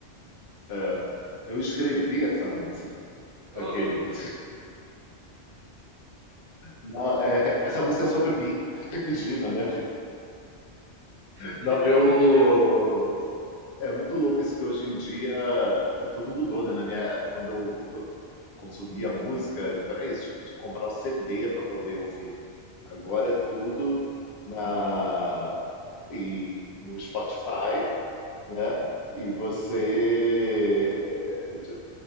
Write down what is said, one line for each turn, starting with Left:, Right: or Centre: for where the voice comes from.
Left: É. Eu escrevi essa música, aquele.
Right: Ô, louco.
Left: <laughs> Não, é, essa música é sobre mim, <laughs> Gina, né?
Right: É
Left: Não,
Right: literalmente
Left: eu.
Right: eu.
Left: É muito louco isso que hoje em dia é, tudo mudou, né? Na minha, quando eu eu consumia música, era tipo, era isso, tipo, tinha que comprar o CD para poder ouvir. Agora é tudo na e no Spotify, né? E você é, de-